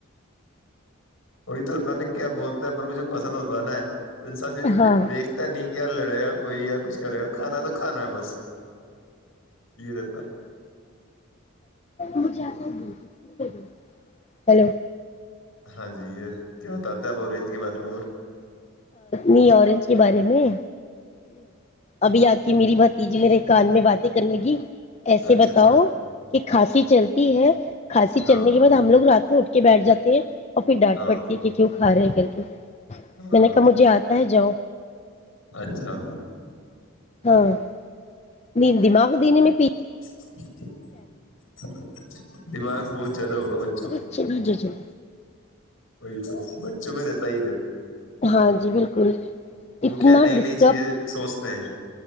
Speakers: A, on the left; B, on the left.
A: وہی تو ہوتا ن کیا بولتا ہیں پر مجھے پسند ہوتا ہے نا تو ان سا
B: ہاں
A: دیکھتا نہیں کیا لڑے گا کوئی یا کچھ کرے گا کھانا تو کھانا ہے بس یہ رہتا
B: مجھے ایسا <inaudible> ہیلو
A: ہاں جی یہ کیا بتاتے آپ اینج کے بارے میں اور
B: می اورنج کے بارے میں ابھی آک میری بھتیجی نے رے کان میں باتیں کرنےگ ایسے
A: اچھا
B: بتاؤ
A: اچھا
B: کہ کھانسی چلتی ہے کھانسی چلنے
A: ہاں
B: کے بعد ہم لوگ رات میں اٹھ کے بیٹھ جاتے ہیں اور پھر ڈانٹ
A: ہاں
B: پڑتی ہے کہ کی کا رہے کر کے میں
A: ہاں
B: نے کہا مجھے آتا ہے جاؤ
A: اچھا
B: ہاں دماغ دینےی میں پی
A: ج <unintelligible> دماغ بہت زیادہ ہوگا بچ
B: ا چ نجے چل
A: وہی تو بچوں میں رہتا ہی د
B: ہاں جی بالکل
A: وہ
B: اتنا
A: کیا نئی
B: ڈسٹرب
A: نئی چیزیں سوچ پ <inaudible>